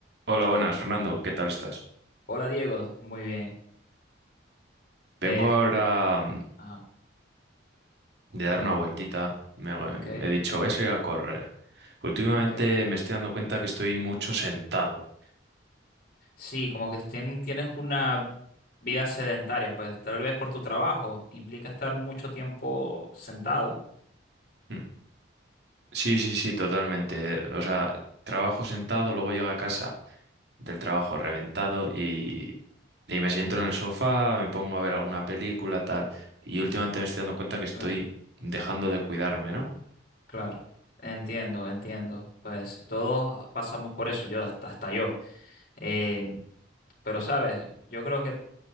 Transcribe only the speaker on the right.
Hola, buenas, Fernando. ¿Qué tal estás?
Vengo
ahora mm,
de dar una vueltita. Me,
he dicho, voy a salir a correr. Últimamente
me estoy dando cuenta que estoy mucho sentado.
Mm. Sí, sí, sí, totalmente. O sea, trabajo sentado, luego llego a casa del trabajo reventado y, y me siento en el sofá, me pongo a ver alguna película, tal. Y últimamente me estoy dando cuenta que estoy
dejando de cuidarme, ¿no?